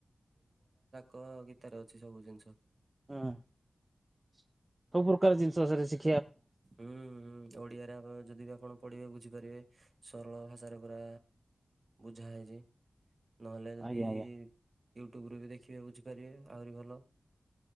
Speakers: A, on the right; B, on the right.
A: କ ଗୀତାରେ ଅଛି ସବୁ ଜିନିଷ।
B: ହୁଁ ସବୁପକାର ଜିନିଷ ସରେ ଶ
A: ହୁଁ ହୁଁ ଓଡିଆରେ ଯଦି ଆପଣ ପଢିବେ ବୁଝିବେ। କରିବେ ସରଳ ଭାଷାରେ ପୁରା ବୁଝା ହେଇଛି। ନହେଲେ ଯଦି
B: ଆଜ୍ଞା ଆଜ୍ଞା
A: ୟୁଟ୍ୟୁବରୁ ବି ଦେଖିବେ ବୁଝିପାରିବେ ଆହୁରି ଭଲ।